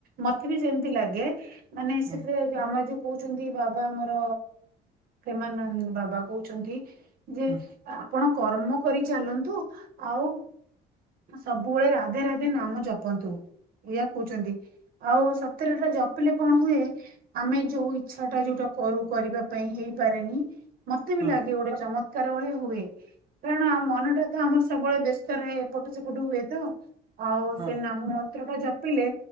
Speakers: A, on the right (about 60°); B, on the right (about 25°).
A: ମତେ ବି ସେମତି ଲାଗେ ମାନେ
B: ହୁଁ
A: ସେଥିରେ। ଯେ ଆମ ଯୋଉ କହୁଛନ୍ତି ବାବା ଆମର ପ୍ରେମାନନ୍ଦ ବାବା କହୁଛନ୍ତି। ଯେ
B: ହୁଁ
A: ଆପଣ। କର୍ମ କରି ଚାଲନ୍ତୁ ଆଉ ସବୁବେଳେ ରାଧେ ରାଧେ। ନାମ ଜପନ୍ତୁ ଏଇଆ କହୁଛନ୍ତି ଆଉ ସତେର ତ ଜପିଲେ କଣ ହୁଏ। ଆମେ ଯୋଉ ଇଚ୍ଛା ଟା ଯୋଉଟା କରୁ କରିବା ପାଇଁ ହେଇପାରେନି ମତେ
B: ହଁ
A: ବି ଲାଗେ ଗୋଟେ ଚମ କାର ହୁଏ କାରଣ ମନଟା ତ ଆମର ସବୁବେଳେ ବ୍ୟସ୍ତ ରହ ଏପଟ ସେପଟ ହୁଏ ତ। ଆଉ
B: ହଁ
A: ସେ ନାମ ମନ୍ତ୍ର ଟା ଜ ପିଲେ